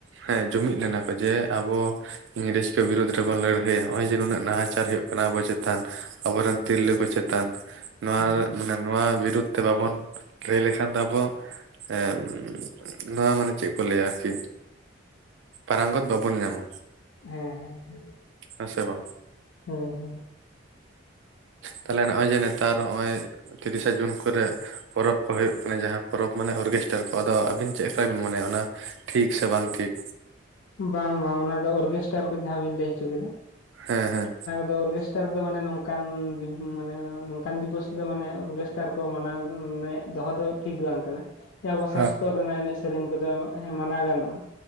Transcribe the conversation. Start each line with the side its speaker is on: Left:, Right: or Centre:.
Right: ᱦᱮᱸ ᱡᱩᱢᱤᱫ ᱞᱮᱱᱟ ᱠᱚ᱾ ᱡᱮ ᱟᱵᱚ ᱤᱝᱨᱮᱡᱽ ᱠᱚ ᱵᱤᱨᱩᱫᱽ ᱨᱮᱵᱚᱱ ᱞᱟᱹᱲᱦᱟᱹᱭᱟ, ᱱᱚᱜᱼᱚᱭ ᱡᱮ ᱱᱩᱱᱟᱹᱜ ᱱᱟᱦᱟᱨ ᱦᱩᱭᱩᱜ ᱠᱟᱱᱟ ᱟᱵᱚ ᱪᱮᱛᱟᱱ ᱟᱵᱚᱨᱮᱱ ᱛᱤᱨᱞᱟᱹ ᱠᱚ ᱪᱮᱛᱟᱱ, ᱱᱚᱣᱟ
Left: ᱦᱩᱸ
Right: ᱢᱟᱱᱮ ᱱᱚᱣᱟ ᱵᱤᱨᱩᱫᱽ ᱛᱮ ᱵᱟᱵᱚᱱ ᱞᱟᱹᱭ ᱞᱮᱠᱷᱟᱱ ᱫᱚ ᱟᱵᱚ ᱦᱮᱸ ᱱᱚᱣᱟ ᱢᱟᱱᱮ ᱪᱮᱫ ᱠᱚ ᱞᱟᱹᱭ ᱟ ᱟᱨᱠᱤ? ᱯᱟᱨᱟᱝ ᱜᱚᱛ ᱵᱟᱵᱚᱱ ᱧᱟᱢ-ᱟ᱾
Left: ᱦᱮᱸ ᱦᱮᱸ ᱦᱮ
Right: ᱦᱮᱸ ᱥᱮ ᱵᱟᱝ
Left: ᱦᱮᱸ ᱦᱮᱸ
Right: ᱛᱟᱦᱚᱞᱮ ᱱᱚᱜᱼᱚᱭ ᱡᱮ ᱱᱮᱛᱟᱨ ᱱᱚᱜᱼᱚᱭ ᱛᱤᱨᱤᱥᱟ ᱡᱩᱱ ᱠᱚᱨᱮ ᱯᱚᱨᱚᱵᱽ ᱠᱚ ᱦᱩᱭᱩᱜ ᱠᱟᱱᱟ᱾ ᱡᱟᱦᱟᱸ ᱯᱚᱨᱚᱵᱽ ᱢᱟᱱᱮ ᱚᱨᱜᱮᱥᱴᱟᱨ ᱠᱚ ᱟᱫᱚ ᱟᱹᱵᱤᱱ ᱪᱮᱫ ᱞᱮᱠᱟ ᱵᱤᱱ ᱢᱚᱱᱮᱭᱟ ᱚᱱᱟ ᱴᱷᱤᱠ ᱥᱮ ᱵᱟᱝ ᱴᱷᱤᱠ?
Left: ᱵᱟᱝ ᱵᱟᱝ ᱚᱱᱟ ᱫᱚ ᱚᱨᱜᱮᱥᱴᱟᱨ ᱠᱚ ᱡᱟᱦᱟᱸ ᱵᱤᱱ ᱞᱟᱹᱭ ᱦᱚᱪᱚ ᱠᱮᱫᱟ
Right: ᱦᱮᱸ ᱦᱮᱸ᱾
Left: ᱚᱨᱠᱮᱥᱴᱟᱨ ᱨᱮ ᱫᱚ ᱢᱟᱱᱮ ᱱᱚᱝᱠᱟᱱ ᱢᱟᱱᱮ ᱱᱚᱝᱠᱟᱱ ᱫᱤᱵᱚᱥ ᱨᱮᱫᱚ ᱢᱟᱱᱮ ᱱᱮᱛᱟᱨ ᱠᱚ ᱢᱟᱱᱟᱣ ᱢᱟᱱᱮ ᱫᱚᱦᱚ ᱫᱚ ᱴᱷᱤᱠ ᱵᱟᱝ ᱠᱟᱱᱟ᱾ ᱟᱵᱚ ᱥᱟᱥᱛᱚ
Right: ᱦᱮᱸ
Left: ᱨᱮᱱᱟᱜ ᱮᱱᱮᱡ ᱥᱮᱨᱮᱧ ᱠᱚᱫᱚ ᱢᱟᱱᱟ ᱜᱟᱱᱚᱜᱼᱟ᱾